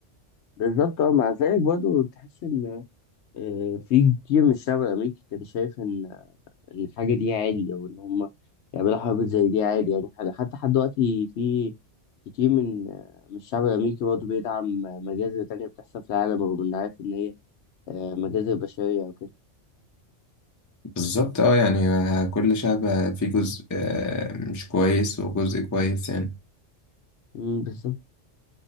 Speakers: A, on the left; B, on the left.
A: بالظبط اه مع ذلك برضه تحس إن آه، في كتير من الشعب الأمريكي كان شايف إن الحاجة دي عادي أو إن هم يعملوا حرب زي دي عادي يعني حد- حتى لحد دلوقتي في كتير من من الشعب الأمريكي برضه بيدعم مجازر تانية بتحصل في العالم رغم إنه عارف إن هي آه، مجازر بشرية أو كده
B: بالظبط اه يعني كل شعب فيه جزء آه، مش كويس وجزء كويس يعني
A: أمم، بالظبط